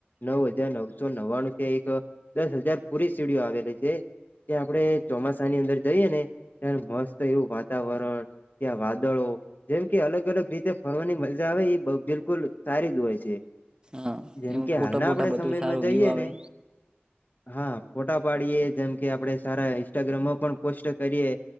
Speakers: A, on the left; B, on the right.
A: નવ હજાર નવસો નવ્વાણું ત્યાં એક દસ હજાર ફૂટ થી સીડીઓ આવેલી છે. ત્યા આપણે ચોમાસાની અંદર જઈએે ને ત્યારે મસ્ત એવું વાતાવરણ ત્યાં વાદળો જેમ કે અલગ અલગ રીતે ફરવાની મજા આવે એ બ બિલકુલ સારી જ હોય છે.
B: હા
A: જેમ
B: એમાં
A: કે
B: ફોટા
A: હાલના
B: બોટા
A: આપડે
B: બધું
A: સમયમાં
B: સારું
A: જઈએ
B: વ્યુ આવે
A: ને હા ફોટા પાડીએ જેમ કે આપડણે સારા ઇન્સ્ટાગ્રામમાં પણ પોસ્ટ કરીએ